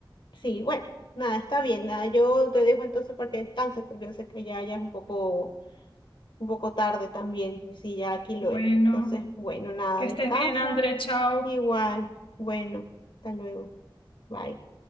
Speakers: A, on the left; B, on the left.
A: Sí, bueno, nada, está bien, nada. Yo te dejo entonces para que descanses, porque yo sé que ya, ya es un poco, un poco tarde también, y sí, ya aquí lo
B: Bueno,
A: es. Entonces, bueno, nada,
B: que
A: descansa.
B: estés bien, André, chao.
A: Igual, bueno, hasta luego. Bye.